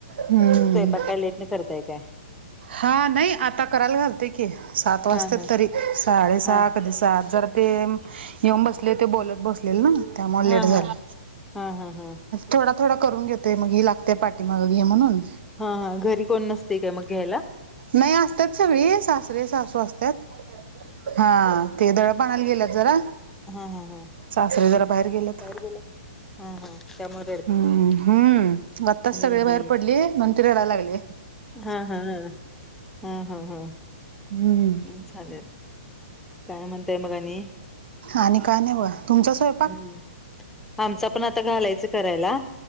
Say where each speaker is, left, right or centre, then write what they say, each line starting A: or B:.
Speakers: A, on the right; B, in the centre.
A: हम्म
B: स्वयपाक काय लेटनं करताय काय?
A: हा, नाही. आता करायला घालतोय की, सात वाजतात
B: हा हा
A: तरी साडेसहा
B: हा
A: कधी हा. जरा ते येऊन बसले होते, बोलत बसलेले ना. त्यामुळे
B: हा
A: लेट झाला
B: हा हा. हा. हा.
A: थोडा-थोडा करून घेतोय. मग ही लागते पाठीमागं, घे म्हणून.
B: हा हा, घरी कोण नसतंय काय मग घ्यायला?
A: नाही, असतात सगळे. सासरे, सासू असतात. हा ते दळप आणायला गेलंत जरा,
B: हा हा हा
A: सासरे जरा बाहेर गेलेत.
B: बाहेर गेल्यात हा हा त्यामुळं
A: हम्म.. हम्. आत्ताच,
B: हम्म
A: सगळे बाहेर पडली. म्हणून ती रडायला लागली.
B: हाहा हा, हाहा हा.
A: हम्म.
B: मग, चालेल. काय म्हणताय मग आणि
A: आणि काय नाई बुवा, तुमचा स्वयपाक?
B: हम्म आमचा पण आता घालायचं करायला.